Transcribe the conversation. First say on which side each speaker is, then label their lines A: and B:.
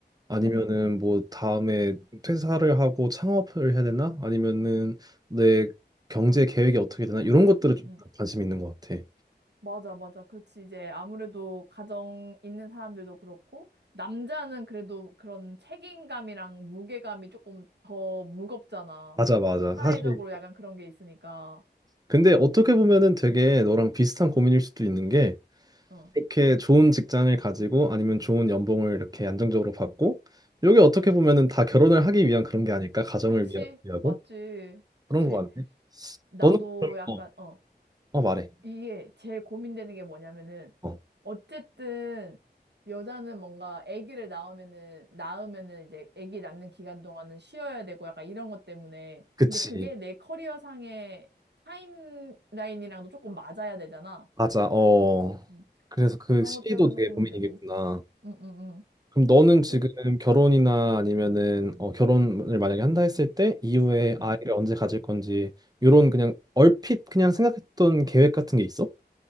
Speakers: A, on the right; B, on the right.
A: 아니면은
B: 음, 음.
A: 뭐 다음에 퇴사를 하고 창업을 해야 되나? 아니면은 내 경제 계획이 어떻게 되나? 이런 것들을
B: 음,
A: 좀
B: 음.
A: 관심 있는 것 같아.
B: 맞아, 맞아. 그렇지. 이제 아무래도 가정 있는 사람들도 그렇고, 남자는 그래도 그런 책임감이랑 무게감이 조금 더 무겁잖아.
A: 맞아, 맞아.
B: 사회적으로
A: 사실
B: 약간 그런 게 있으니까.
A: 근데 어떻게 보면은 되게 너랑 비슷한 고민일 수도 있는 게
B: 어.
A: 이렇게 좋은 직장을 가지고 아니면 좋은 연봉을 이렇게 안정적으로 받고 이게 어떻게 보면은 다 결혼을 하기 위한 그런 게 아닐까? 가정을
B: 그치.
A: 위하- 위하고
B: 맞지. 그치.
A: 그런 것 같네.
B: 나도
A: 너는 그럼
B: 약간,
A: 어,
B: 어.
A: 어 말해.
B: 이게 제일 고민되는 게 뭐냐면은
A: 어,
B: 어쨌든 여자는 뭔가 아기를 낳으면은 낳으면은 이제 아기 낳는 기간 동안은 쉬어야 되고 약간 이런 것 때문에
A: 그치.
B: 근데 그게 내 커리어상의 타임라인이랑도 조금 맞아야 되잖아.
A: 맞아. 어.
B: 음.
A: 그래서 그
B: 그런
A: 시기도
B: 것 때문에도
A: 되게
B: 고민되고.
A: 고민이겠구나.
B: 음, 음, 음.
A: 그럼 너는 지금
B: 그래서,
A: 결혼이나 아니면은 어, 결혼을 만약에 한다 했을 때 이후에
B: 음.
A: 아이를 언제 가질 건지 이런 그냥 얼핏 그냥 생각했던 계획 같은 게 있어?